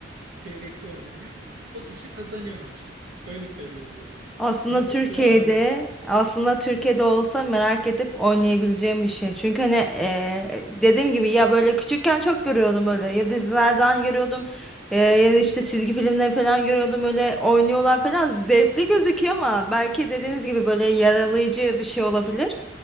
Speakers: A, on the right; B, in the centre.
A: çeyrekte oynanıyor. O kişi kazanıyor maçı. Öyle söyleyebilirim.
B: Aslında
A: Nasıl
B: Türkiye'de
A: kuralları?
B: aslında Türkiye'de olsa merak edip oynayabileceğim bir şey. Çünkü hani eee, dediğim gibi ya böyle küçükken çok görüyordum öyle ya dizilerden görüyordum eee, ya da işte çizgi filmler falan görüyordum öyle oynuyorlar falan zevkli gözüküyor ama belki dediğiniz gibi böyle yaralayıcı bir şey olabilir.